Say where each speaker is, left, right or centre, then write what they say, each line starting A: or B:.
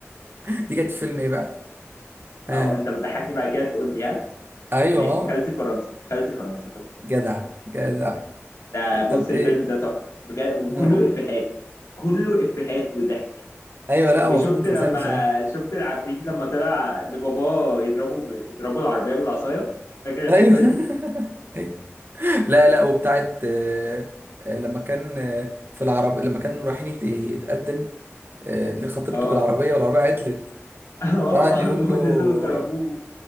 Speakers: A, on the right; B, on the left.
A: <laughs> دي كانت في فيلم ايه بقى ها
B: او انت بتضحكني بعد كده تقول لي ها
A: ايوه
B: ماشي
A: اه
B: خالتي فرنسا خالتي فرنسا خالتي فرنسا
A: جدع جدع
B: ده بص
A: طب
B: الفيلم
A: ايه
B: ده تحفة بجد وكله
A: لا،
B: افيهات كله افيهات وضحك
A: ايوه لا هو
B: وشفت
A: فيلم فظيع
B: لما
A: بصراحه
B: شفت العفريت لما طلع لباباه يضربه ب... يضربوا العربية بالعصاية فاكر الحتة
A: ايوه
B: دي؟
A: <laughs> ايوه لا لا وبتاعت آه، آه، لما كان آه، في العربية لما كان رايحين يت- يتقدم آه، لخطيبته
B: اه
A: بالعربية والعربية عطلت
B: <laughs> اه
A: وقعد يقول له
B: ونزلوا ضربوه